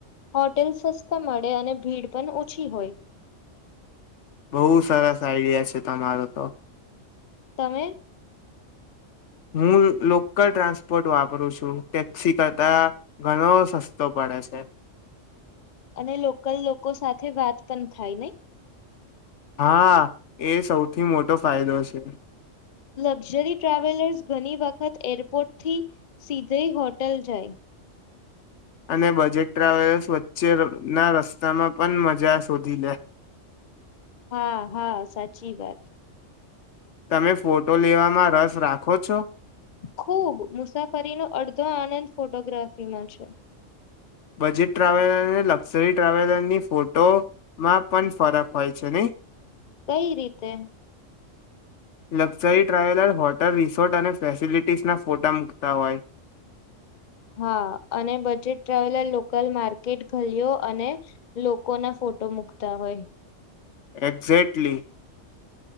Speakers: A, on the left; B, on the left.
A: હોટેલ સસ્તા મળે અને ભીડ પણ ઓછી હોય.
B: બહુ સરસ આઈડિયા છે તમારો તો
A: તમે
B: હું લોકલ ટ્રાન્સપોર્ટ વાપરું છું ટેક્સી કરતા ઘણો સસ્તો પડે છે.
A: અને લોકલ લોકો સાથે વાત પણ થાય નય
B: હા એ સૌથી મોટો ફાયદો છે.
A: લક્ઝરી ટ્રાવેલર્સ ઘણી વખત એરપોર્ટથી સીધઈ હોટલ જાય.
B: અને બજેટ ટ્રાવેલર્સ વચ્ચે ના રસ્તામાં પણ મજા શોધી લે.
A: હા, હા, સાચી વાત.
B: તમે ફોટો લેવામાં રસ રાખો છો?
A: ખુબ મુસાફરીનો અડધો આનંદ ફોટોગ્રાફીમાં છે.
B: બજેટ ટ્રાવેલર અને લક્ઝરી ટ્રાવેલરની ફોટોમાં પણ ફરક હોય છે નહીં?
A: કઈ રીતે?
B: લક્ઝરી ટ્રાવેલર હોટલ, રિસોર્ટ અને ફેસિલિટીઝના ફોટા મૂકતા હોય.
A: હા, અને બજેટ ટ્રાવેલર લોકલ માર્કેટ, ગલીઓ અને લોકો ના ફોટો મુૂકતા હોય.
B: એક્ઝેક્ટલી.